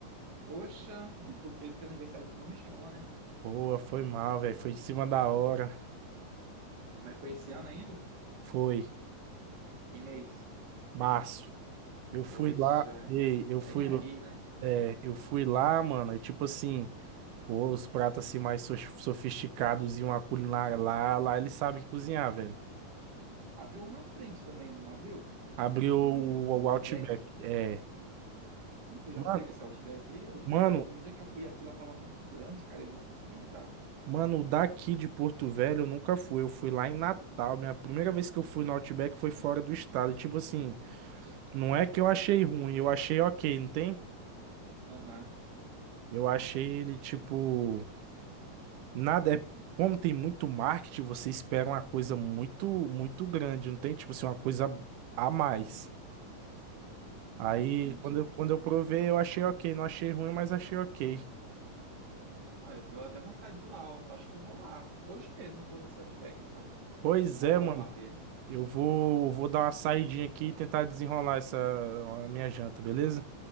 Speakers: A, on the right; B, on the right.
A: Poxa, e tu fez o teu aniversário, tu não me chamou, né?
B: Boa, foi mal, velho. Foi em cima da hora.
A: Mas foi esse ano ainda?
B: Foi
A: Fiquei mês.
B: março. Eu fui
A: Poxa,
B: lá, ei, eu fui,
A: bem aí, né?
B: é, eu fui lá, mano. E tipo assim. Pô, os pratos assim mais so- sofisticados e uma culinária lá, lá ele sabe cozinhar, velho.
A: Abriu um na frente também, não abriu?
B: Abriu
A: Um
B: o,
A: Outback.
B: o Outback. É.
A: E tu já
B: Mano,
A: foi nesse Outback aí? Eu-
B: mano,
A: porque quando o dia que eu fui a fila tava muito grande, cara, eu não consegui entrar.
B: mano, daqui de Porto Velho eu nunca fui. Eu fui lá em Natal. Minha primeira vez que eu fui no Outback foi fora do estado. E, tipo assim, não é que eu achei ruim, eu achei ok, não tem?
A: Aham,
B: Eu achei ele, tipo. Nada é. Como tem muito marketing, você espera uma coisa muito, muito grande, não tem? Tipo assim, uma coisa a mais. Aí,
A: entendi.
B: quando eu, quando eu provei, eu achei ok. Não achei ruim, mas achei ok.
A: Olha, eu dou até vontade de ir lá, ó. Eu Acho que eu vou lá. Hoje mesmo eu vou nesse Outback, então.
B: Pois
A: Vou
B: é,
A: provar
B: mano.
A: dele.
B: Eu vou, vou dar uma saidinha aqui e tentar desenrolar essa a minha janta, beleza?